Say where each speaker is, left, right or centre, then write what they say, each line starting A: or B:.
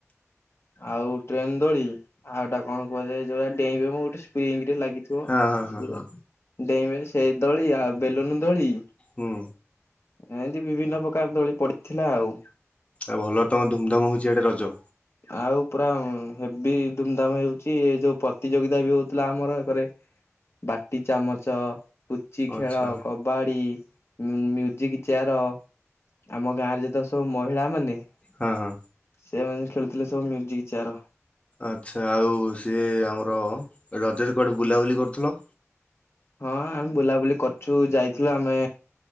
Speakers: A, on the left; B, on the left.
A: ଆଉ ଟ୍ରେନ ଦୋଳି ଆଉଏଟା କଣ କୁହାଯାଏ ଯଉଟା ଡେଇଁ ବେ ମ ଗୋଟେ ସ୍ପ୍ରିଙ୍ଗ ଟେ ଲାଗି ଥୁଅ
B: ହଁ ହଁ ହଁ
A: ସେ
B: ହଁ
A: ଡେଇଁବେ ସେ ଦୋଳି ଆଉ ବେଲୁନ ଦୋଳି।
B: ହୁଁ।
A: ଏମତି ବିଭିନ୍ନ ପ୍ରକାର ଦୋଳି ପଡିଥିଲା ଆଉ।
B: ଆଉ ଭଲ ତମ ଧୁମଧାମ ହଉଛି ଏଆଡେ ରଜ।
A: ଆଉ ପୁରା ହେବୀ ଦୁମଧାମ ହେଉଛି ଏ ଯୋଉ ପ୍ରତିଯୋଗିତା ବି ହଉଥିଲା ଆମର ଏକରେ। ବାଟି ଚାମଚ। ପୁଚି ଖେଳ,
B: ଆଚ୍ଛା
A: କବାଡି, ମ୍ୟୁଜିକ ଚେୟାର। ଆମ ଗାଁ ରେ ଯେତକ ସବୁ ମହିଳା ମାନେ
B: ହଁ ହଁ।
A: ସେମାନେ ଖେଳୁଥିଲେ ସବୁ ମ୍ୟୁଜିକ ଚେୟାର।
B: ଆଚ୍ଛା ଆଉ ସିଏ ଆମର ରଜରେ କୁଆଡ଼େ ବୁଲାବୁଲି କରୁଥିଲ?
A: ହଁ ଆମେ ବୁଲାବୁଲି କରୁଛୁ ଯାଇଥିଲୁ ଆମେ